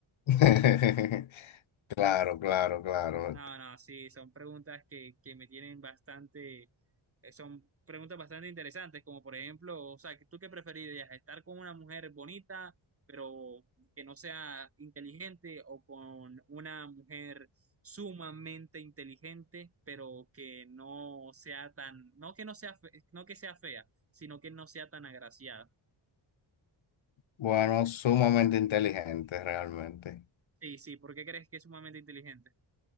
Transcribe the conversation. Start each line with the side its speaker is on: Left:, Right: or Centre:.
Left: <laughs> Claro, claro, claro.
Right: No, no, sí, son preguntas que, que me tienen bastante, eh, son preguntas bastante interesantes, como por ejemplo, o sea, ¿tú qué preferirías? ¿Estar con una mujer bonita, pero que no sea inteligente, o con una mujer sumamente inteligente, pero que no sea tan, no que no sea, fe- no que sea fea, sino que no sea tan agraciada?
Left: Bueno, sumamente inteligente realmente.
Right: Sí, sí, ¿por qué crees que es sumamente inteligente?